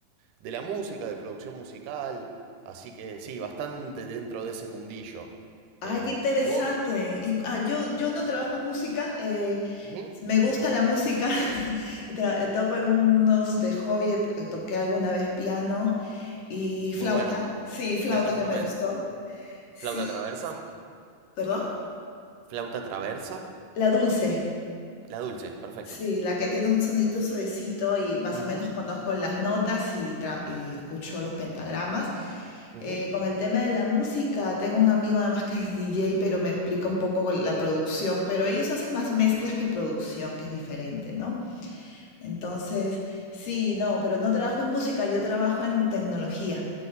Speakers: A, on the right; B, on the left.
A: de la música, de producción musical. Así que sí, bastante dentro de ese mundillo.
B: Ay,
A: Eh,
B: qué interesante.
A: ¿vos?
B: Y, ah, yo, yo no trabajo en música. eh,
A: Ujú.
B: me gusta la música. <laughs> Tra- eh, toco algunos de hobby. eh, Toqué alguna vez piano y
A: Muy
B: flauta.
A: bueno.
B: Sí, flauta
A: Gran sí, instrumento.
B: que me gustó. Sí,
A: ¿Flauta traversa? sí,
B: perdón.
A: ¿Flauta traversa?
B: La dulce.
A: La dulce, perfecto.
B: Sí, la que tiene un sonidito suavecito y más
A: Ujú,
B: o menos conozco las notas y, tra- y escucho los pentagramas.
A: ujú.
B: Eh, con el tema de la música, tengo un amigo además que es DJ, pero me explica un poco la producción, pero ellos hacen más mezclas que producción, que es diferente, ¿no? Entonces, sí, no, pero no trabajo en música, yo trabajo en tecnología.